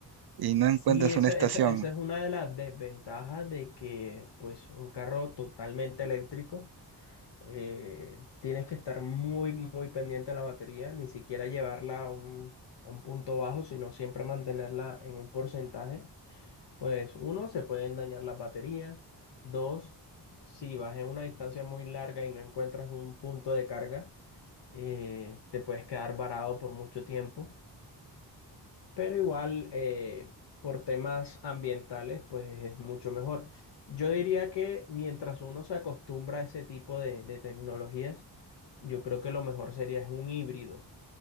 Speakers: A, on the right (about 65°); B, on the left (about 75°).
A: y no
B: Sí,
A: encuentras
B: esa,
A: una estación,
B: esa, esa es una de las desventajas de que pues un carro totalmente eléctrico eh, tienes que estar muy, muy pendiente de la batería, ni siquiera llevarla a un, a un punto bajo, sino siempre mantenerla en un porcentaje. Pues uno, se pueden dañar las baterías. Dos, si vas en una distancia muy larga y no encuentras un punto de carga, eh, te puedes quedar varado por mucho tiempo pero igual eh, por temas ambientales, pues es mucho mejor. Yo diría que mientras uno se acostumbra a ese tipo de, de tecnologías, yo creo que lo mejor sería es un híbrido,